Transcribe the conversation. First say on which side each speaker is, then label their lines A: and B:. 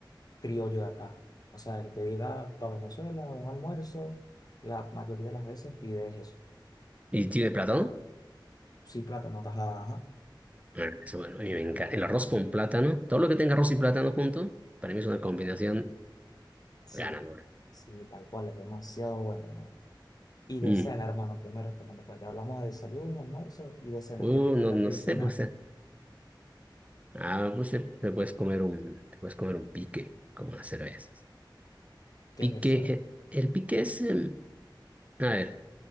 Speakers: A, on the left; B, on the right.
A: criollo de acá. O sea, el que diga para Venezuela un almuerzo, la mayoría de las veces pides eso.
B: ¿Y tiene plátano?
A: Sí, plátano, tajada, ajá.
B: Bueno, eso, bueno, a mí me encanta. El arroz con plátano, todo lo que tenga arroz y plátano junto, para mí es una combinación
A: Sí,
B: ganadora.
A: sí, tal cual, es demasiado bueno, hermano. Y de
B: Mm.
A: cena, hermano, ¿qué me recomiendo? Pues ya hablamos de desayuno, almuerzo y de cena.
B: Uh,
A: ¿Qué te gusta
B: no, no
A: a ti
B: sé,
A: de cenar?
B: pues, eh, ah, pues eh, te puedes comer un, te puedes comer un pique, como las cervezas.
A: ¿Qué
B: Pique,
A: es eso, hermano?
B: eh, el pique es, em, a ver,